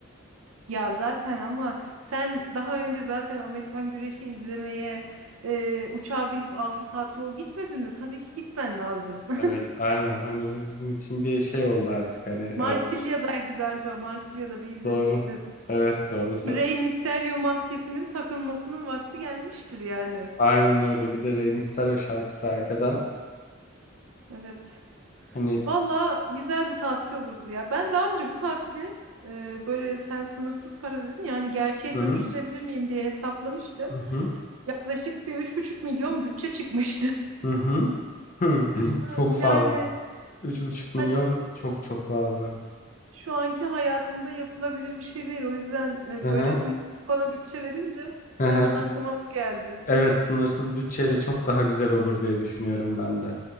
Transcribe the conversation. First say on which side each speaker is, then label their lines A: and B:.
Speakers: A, on the right (about 80°); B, on the left (about 40°).
A: Ya zaten ama sen daha önce zaten Amerikan güreşi izlemeye e, uçağa binip 6 saat yol gitmedin mi? Tabii ki gitmen lazım. <laughs>
B: Evet, aynen. Hani bu bizim için bir şey oldu artık. Hani
A: Marsilya'daydı
B: e,
A: galiba. Marsilya'da bir izlemiştin.
B: doğru. Evet, doğru. Sa-
A: Rey Mysterio maskesinin takılmasının vakti gelmiştir yani.
B: Aynen öyle. Bir de Rey Mysterio şarkısı arkadan.
A: Evet.
B: Hani
A: Valla güzel bir tatil olurdu ya. Ben daha önce bu tatili e, böyle sen sınırsız para dedin yani gerçeğe
B: Hı
A: dönüştürebilir
B: hı
A: miyim diye hesaplamıştım.
B: hı hı
A: Yaklaşık bir üç buçuk milyon bütçe çıkmıştı. <laughs>
B: hı hı. <clears throat> hı.
A: Ha,
B: Çok
A: Yani
B: fazla. Üç buçuk milyon
A: Hani
B: çok çok fazla.
A: şu anki hayatımda yapılabilir bir şey değil. O yüzden e,
B: Hı
A: böyle
B: hı
A: sınırsız bana bütçe verince
B: Hı
A: hemen
B: hı.
A: aklıma bu geldi.
B: Evet, sınırsız bütçeyle çok daha güzel olur diye düşünüyorum ben de.